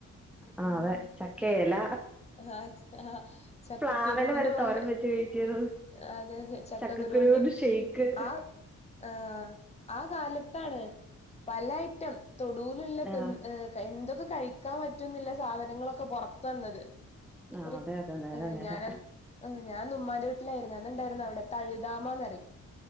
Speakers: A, in the centre; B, on the left.
A: ആ അതെ ചക്കയെല
B: ആഹ് ആ ചക്കക്കുരു
A: പ്ലാവെല
B: ന്റെ
A: വരെ
B: പോലെ
A: തോരൻ വെച്ച് കഴിക്കരുത്
B: അതെ അതെ ചക്കകുരൊണ്ട്
A: ചക്കക്കുരു കൊണ്ട് ഷെയ്ക്ക്
B: ആഹ് ആഹ് ആ കാലത്താണ് പലഅയിറ്റം തൊടുൂലുള്ള തിന്ന്
A: ആഹ്
B: എന്തൊക്കെ കഴിക്കാൻ പറ്റുംന്ന് ല്ല സാധനങ്ങളൊക്കെ പൊ ർ ത്ത് ന്ന ത്
A: ആ
B: ഒരു
A: അതെ
B: ക്ക്
A: അതെ നേര നേര
B: ഞാ ൻ ആ ഞാൻ ഇന്ന് ഉമ്മാൻ്റെ വീട്ടിലായിര് ന്നു അന്ന്‌ ണ്ടായിരുന്നു അവിടെ തഴുതാമ ന്ന് റയും